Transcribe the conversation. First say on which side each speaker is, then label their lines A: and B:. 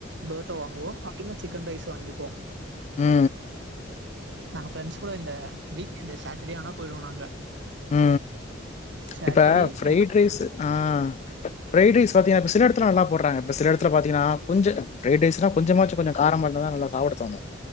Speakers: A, on the right; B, on the left.
A: பரோட்டா வாங்குவோ அப்டி இல்லனா சிக்கன் ரைஸ் வாங்கிப்
B: உ
A: நாங்க ஃப்ரெண்ட்ஸ் கூட இந்த வீக்கெண்ட்டு சேட்டர்டே ஆனா போயிடுவோ நாங்க
B: உ
A: சாட்டர்டே
B: இப்ப ஃபிரைட்
A: இல்ல
B: ரைஸ் ஆஹ் பிரைட் ரைஸ் பாத்தீங்கனா இப்ப சில இடத்துல நல்ல போடறாங்க இந்த சில இடத்துலத்த பாத்தீங்கனா கொஞ்சோ ப்ரைட் ரைஸ்ன்னா கொஞ்சமாச்சு கொஞ்சோ காரமா இருந்த தா நல்லா இரு சாப்பிட தோணு